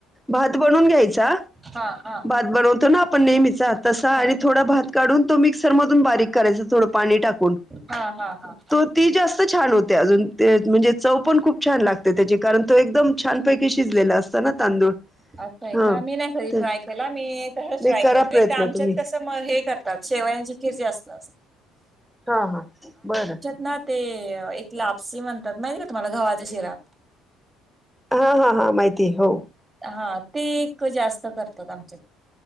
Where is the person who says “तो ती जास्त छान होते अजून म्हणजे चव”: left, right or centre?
Centre